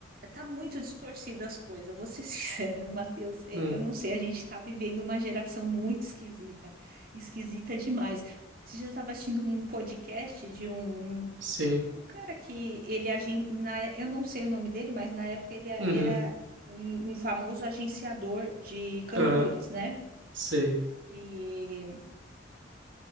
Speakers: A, on the right; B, on the right.
A: Tá muito distorcida as coisas, vou ser <laughs> sincera, Matheus. eh,
B: uhum.
A: Eu não sei, a gente tá vivendo uma geração muito esquisita, esquisita demais. Esses dias eu estava assistindo um podcast de um,
B: Sim.
A: um cara que ele é agen- na, eu não sei o nome dele, mas na época ele a-
B: Uhum,
A: era um, um famoso agenciador de cantores,
B: aham,
A: né?
B: sei.
A: E,